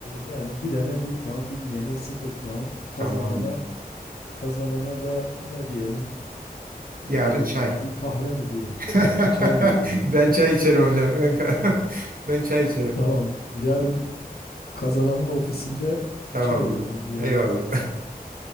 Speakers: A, on the left; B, on the right.
A: yani bilene bir puan, bilmeyene sıfır puan, kazanana
B: Tamamdır.
A: kazanana da ne diyelim? Ee,
B: Yarın çay.
A: bir kahve mi diyelim
B: <laughs>
A: yani? Çay mı diyelim?
B: Ben çay
A: <laughs>
B: içerim hocam. Ben, <laughs> ben çay içerim.
A: Tamam. Yarın kazananın ofisinde
B: Tamam
A: çay
B: hocam.
A: o zaman diyelim.
B: Eyvallah.